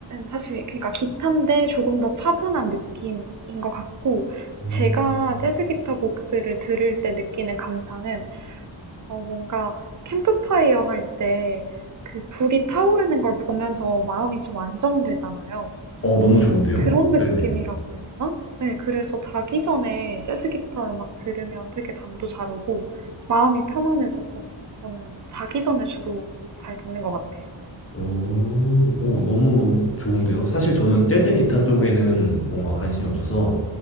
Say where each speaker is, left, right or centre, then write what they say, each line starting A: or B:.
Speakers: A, on the right (about 40°); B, on the left (about 25°).
A: 사실, 그러니까 기타인데 조금 더 차분한 느낌인 것 같고,
B: 음.
A: 제가 재즈 기타 곡들을 들을 때 느끼는 감상은 어, 뭔가 캠프파이어 할 때 그 불이 타오르는 걸 보면서 마음이 좀 안정되잖아요.
B: 어, 너무 좋은데요?
A: 그런 느낌이라고
B: 네네.
A: 해야 되나? 네, 그래서 자기 전에 재즈 기타 음악 들으면 되게 잠도 잘 오고 마음이 편안해져서 저는 자기 전에 주로 잘 듣는 것 같아요.
B: 오. 오 너무 좋은데요. 사실 저는 재즈 기타 쪽에는 뭔가 관심이 없어서